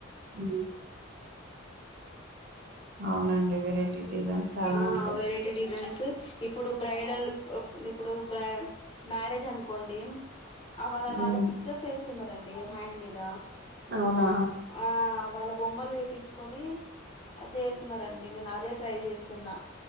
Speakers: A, on the right (about 50°); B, on the left (about 25°).
A: ఊ అవునండి వెరైటీ డిజైన్స్ చాలా
B: ఆ
A: ఉంటాయి
B: వెరైటీ డిజైన్స్ ఇప్పుడు బ్రైడల్ ఇప్పుడు మ్యారేజ్ అనుకోండి అ వాళ వాళ్ళ
A: ఉమ్,
B: పిక్చర్స్ వేస్తున్నారండి హ్యాండ్ మీద
A: అవునా
B: ఆ వాళ్ళ బొమ్మలు వేపించుకొని చేస్తున్నారండి నేను అదే ట్రై చేస్తున్నా